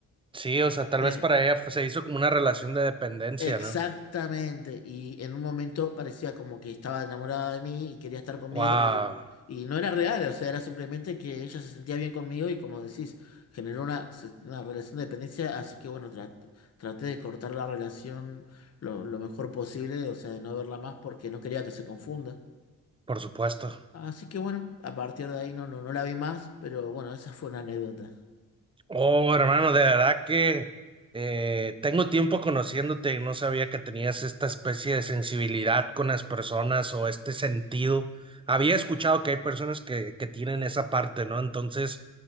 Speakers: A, on the right (about 15°); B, on the left (about 50°).
A: Sí, o sea, tal
B: Eh,
A: vez para ella pues, se hizo como una relación de dependencia,
B: Exactamente,
A: ¿no?
B: y en un momento parecía como que estaba enamorada de mí y quería estar conmigo
A: Wow,
B: y, y no era real, o sea, era simplemente que ella se sentía bien conmigo y como decís, generó una, se- una relación de dependencia, así que bueno, traté, traté de cortar la relación lo, lo mejor posible, o sea, de no verla más porque no quería que se confunda.
A: por supuesto.
B: Así que bueno, a partir de ahí no, no, no la vi más, pero bueno, esa fue una anécdota.
A: Oh, hermano, de verdad que eh, tengo tiempo conociéndote y no sabía que tenías esta especie de sensibilidad con las personas o este sentido. Había escuchado que hay personas que, que tienen esa parte, ¿no? Entonces,